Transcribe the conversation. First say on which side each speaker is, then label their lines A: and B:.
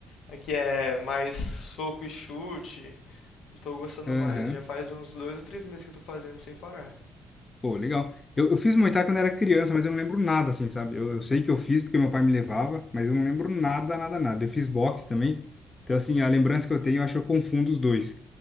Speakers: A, on the left (about 80°); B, on the left (about 25°).
A: Aqui é mais soco e chute, não tô gostando
B: Aham.
A: mais, já faz uns dois ou três meses que eu tô fazendo sem parar.
B: Pô, legal. Eu, eu fiz Muay Thai quando era criança, mas eu não lembro nada, assim, sabe? Eu, eu sei que eu fiz porque meu pai me levava, mas eu não lembro nada, nada, nada. Eu fiz boxe também. Então, assim, a lembrança que eu tenho, eu acho que eu confundo os dois.